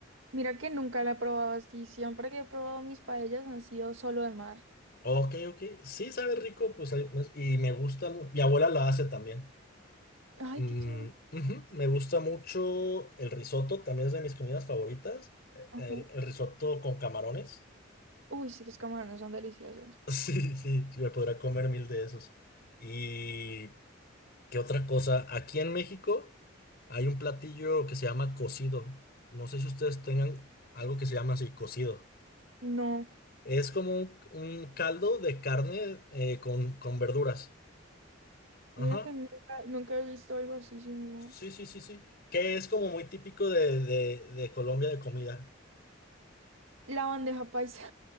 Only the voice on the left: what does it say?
Ok, ok, sí, sabe rico, pues ahí- pues, y me gusta, mu- mi abuela lo hace también.
Mm,
ujú, Me gusta mucho el risotto, también es de mis comidas favoritas, e,
el el risotto con camarones.
<laughs> Sí, sí, sí, me podrá comer mil de esos. ¿Y qué otra cosa? Aquí en México hay un platillo que se llama cocido. No sé si ustedes tengan algo que se llama así, cocido.
Es como un, un caldo de carne eh, con, con verduras. Ajá.
Sí, sí, sí, sí. Que es como muy típico de, de, de Colombia de comida.